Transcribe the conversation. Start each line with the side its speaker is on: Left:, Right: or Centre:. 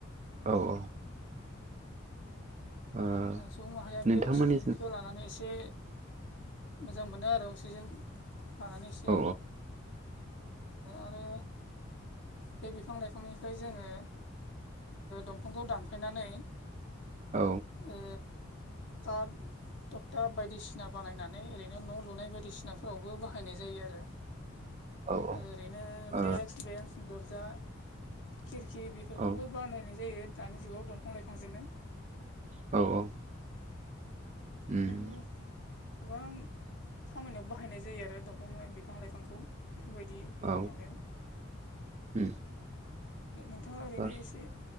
Right: औ औ ओ
Left: सुबुं माहारिया
Right: नोंथांमोननिसिम
Left: बे अक्सिजेनखौ लानानै एसे मोजां मोनो आरो अक्सिजेन लानानै एसे
Right: औ
Left: आरो बे बिफां लाइफांनिफ्राय जोङो दंफांखौ दानफायनानै
Right: औ
Left: ओ दा टक्टा बायदिसिना बानायनानै ओरैनो न' लुनाय बायदिसिनाफोरावबो बाहायनाय जायो आरो
Right: औ ओ
Left: ओरैनो
Right: औ
Left: देक्स बेन्स दरजा खिरखि बे फोरखौबो
Right: औ
Left: बानायनाय जायो दानि जुगाव दंफां लाइफांजोंनो
Right: औ औ
Left: बेनो
Right: उम
Left: गोबां खामानियाव बाहायनाय जायो आरो दंफां लाइ बिफां लाइफांखौ बेफोरबायदि
Right: औ
Left: माबायाव
Right: उम
Left: नोंथाङा ओरैनो
Right: ओ
Left: एसे